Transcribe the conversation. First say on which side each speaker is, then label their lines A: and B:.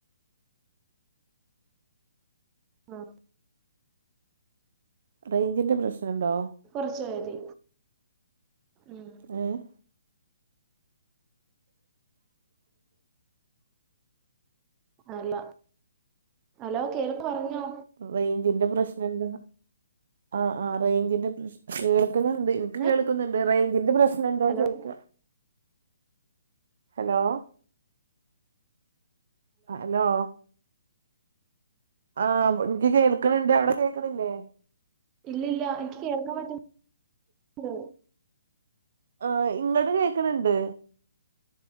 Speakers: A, on the right; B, on the right.
A: ആഹ്
B: റൈഞ്ചിൻ്റെ പ്രശ്നമുണ്ടോ
A: കുറച്ച് പോയാ മതി ഉം.
B: ഏഹ് <inaudible>
A: അല്ല അലോ കേൾക്ക പറഞ്ഞോ?
B: റേഞ്ചിന്റെ പ്രശ്നുണ്ട് ആഹ് ആഹ് റേഞ്ചിന്റെ പ്രശ് കേൾക്കുന്നുണ്ട്. കേൾക്കുന്നുണ്ട്
A: ഏഹ്
B: റേജിന്റെ പ്രശ്നം ഉണ്ടോ
A: ഹലോ
B: ചോയിക്ക ഹലോ അഹ് ഹലോ ആഹ് എനിക്ക് കേൾക്കണണ്ട് അവിടെ കേക്കണില്ലേ.
A: ഇല്ല ഇല്ല എനിക്ക് കേൾക്കാൻ പറ്റുന്നണ്ട്
B: ആഹ് ഇങ്ങട്ട് കേൾക്കണണ്ട്